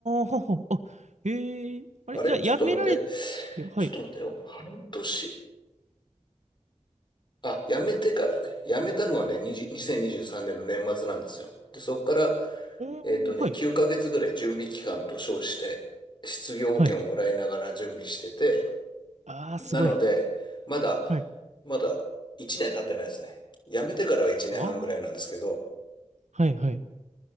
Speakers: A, on the right; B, on the left.
A: ははあ、ええあれ、
B: あれちょっと待って。
A: じゃあ、やめられて、はい。
B: ちょっと待ってよ。半年。あ、辞めてからね。辞めたのはね、20 2023年の年末なんですよ。で、そこから、
A: おー、
B: えっとね、
A: はい、
B: 9ヶ月ぐらい準備期間と称して、失業保険をもらいながら準備してて、
A: はい。ああ、すごい。
B: なので、まだ、
A: はい。
B: まだ1年経ってないですね。辞めてからは1年半ぐらいなんですけど、
A: ああ、はい、はい。